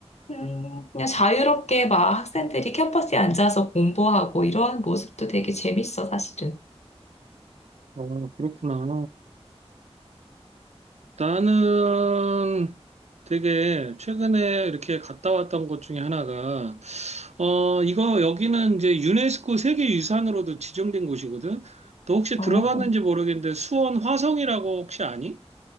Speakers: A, on the left; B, on the right.
A: 음, 그냥 자유롭게 막 학생들이 캠퍼스에 앉아서 공부하고 이런 모습도 되게 재밌어 사실은.
B: 아, 그렇구나. 나는 되게 최근에 이렇게 갔다 왔던 곳 중에 하나가, 어, 이거 여기는 이제 유네스코 세계유산으로도 지정된 곳이거든? 너 혹시
A: 어,
B: 들어봤는지 모르겠는데 수원 화성이라고 혹시 아니?